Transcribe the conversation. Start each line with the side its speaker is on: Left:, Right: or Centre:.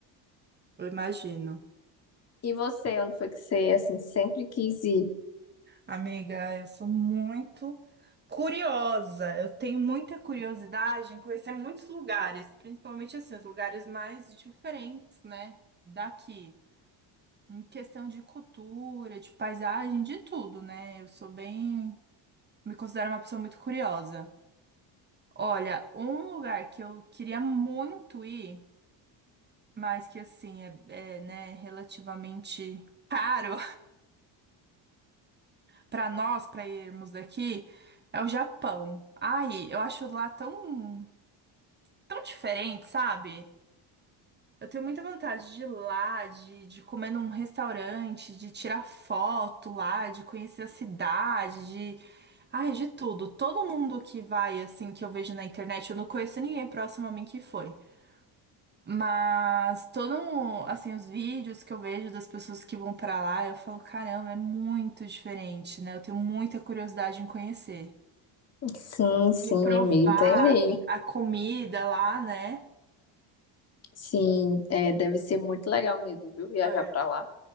Right: Eu imagino.
Left: E você, onde foi que você assim sempre quis ir?
Right: Amiga, eu sou muito curiosa. Eu tenho muita curiosidade em conhecer muitos lugares, principalmente assim, os lugares mais diferentes, né, daqui. Em questão de cultura, de paisagem, de tudo, né? Eu sou bem, me considero uma pessoa muito curiosa. Olha, um lugar que eu queria muito ir, mas que assim é, é, né, relativamente caro. para nós, para irmos daqui, é o Japão. Ai, eu acho lá tão, tão diferente, sabe? Eu tenho muita vontade de ir lá, de, de comer num restaurante, de tirar foto lá, de conhecer a cidade, de. Ai, de tudo. Todo mundo que vai, assim, que eu vejo na internet, eu não conheço ninguém próximo a mim que foi. Mas todo, assim, os vídeos que eu vejo das pessoas que vão pra lá, eu falo, caramba, é muito diferente, né? Eu tenho muita curiosidade em conhecer.
Left: Sim, sim,
Right: de provar
Left: amiga, entendi.
Right: a comida lá, né?
Left: Sim, é, deve ser muito legal mesmo, viu? Viajar
Right: É.
Left: pra lá.